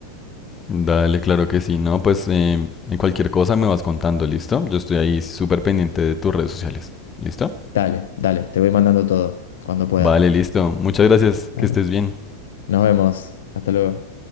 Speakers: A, on the left; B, on the left.
A: Dale, claro que sí, no, pues em, en cualquier cosa me vas contando, ¿listo? Yo estoy ahí súper pendiente de tus redes sociales, ¿listo?
B: Dale, dale, te voy mandando todo cuando pueda.
A: Vale, listo. Muchas gracias,
B: Dale.
A: que estés bien.
B: Nos vemos. Hasta luego.